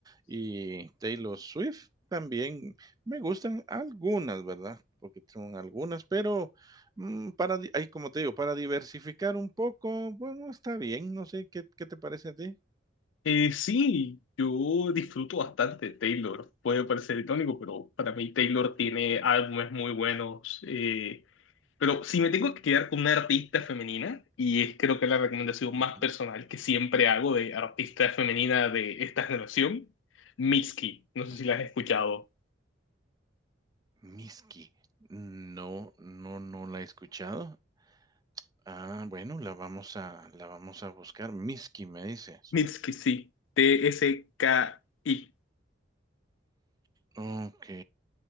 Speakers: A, on the right; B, on the left.
A: Y Taylor Swift también me gustan algunas, ¿verdad? Porque son algunas, pero mm, para, di- ahí como te digo, para diversificar un poco, bueno, está bien, no sé, ¿qué, qué te parece a ti?
B: Eh, sí, yo disfruto bastante de Taylor. Puede parecer irónico, pero para mí Taylor tiene álbumes muy buenos. eh, Pero si me tengo que quedar con una artista femenina, y es creo que la recomendación
A: Ujú,
B: más personal que siempre hago de artista femenina de esta generación, Mitski. No sé
A: ujú.
B: si la has escuchado.
A: Miski. No, no, no la he escuchado. Ah, bueno, la vamos a, la vamos a buscar. Miski, me dices.
B: Mitski, sí. T-S-K-I.
A: Ok.